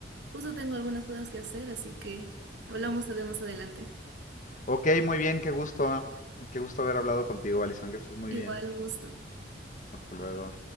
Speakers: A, on the right; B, on the left.
A: Justo tengo algunas cosas que hacer, así que hablamos tal vez más adelante.
B: Ok, muy bien, qué gusto. Qué gusto haber hablado contigo, Alison, que estés muy
A: Igual,
B: bien.
A: un gusto.
B: Hasta luego.